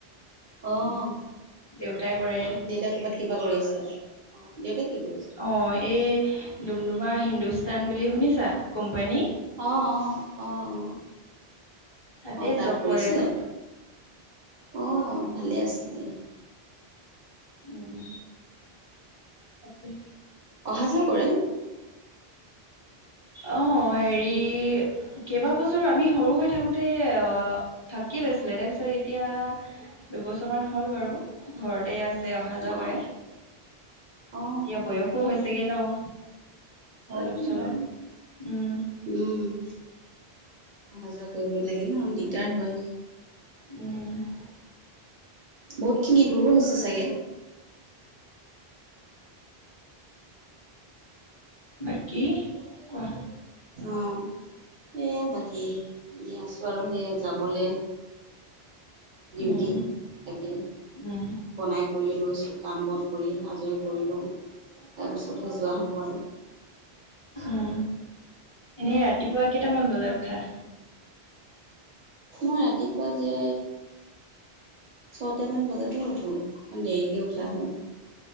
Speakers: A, on the right (about 60°); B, on the left (about 30°).
A: অ',
B: উম দেউতাই কৰে।
A: দেউতাই ক'ৰবাত কিবা কৰি আছে। অ', দেউতাই কি কৰিছে?
B: অ' এই ডুমডুমা হিন্দুস্তান বুলি শুনিছা কোম্পানী
A: অ' অ' অ' অ'
B: তাতে
A: অ' তাত
B: জব
A: কৰিছে।
B: কৰে আৰু
A: অ' ভালে আছে দিয়া।
B: উম তাকে
A: অহা যোৱা কৰে
B: অ' হেৰি কেইবাবছৰো আমি সৰু হৈ থাকোঁতে আ থাকি লৈছিলে তাৰপিছত এতিয়া দুবছৰ মান হ'ল বাৰু ঘৰতে আছ আছে অহা যোৱা
A: অ',
B: কৰে এতিয়া
A: অ'।
B: বয়সো হৈছেগে ন'
A: হয়তো
B: অলপ চলপ
A: নোৱাইম
B: উম
A: উম, অহা যোৱা কৰিব লাগে ন', দিগদাৰ হয়।
B: উম
A: বহুত খিনি দূৰো হৈছে চাগে।
B: বাকী কোৱা।
A: অ', সেয়া বাকী, এনেই আছোঁ আৰু সেই যাবলে ডিউটি,
B: উম
A: তাকে,
B: উম
A: বনাই কৰি লৈছোঁ, কাম বন কৰি আজৰি কৰি লওঁ, তাৰপিছতহে যোৱা হ'ব আৰু।
B: উম, এনেই ৰাতিপুৱা কেইটামান বজাত উঠা?
A: মই ৰাতিপুৱা যে ছটামান বজাতে উঠো, অকণ দেৰিকে উঠা হয়।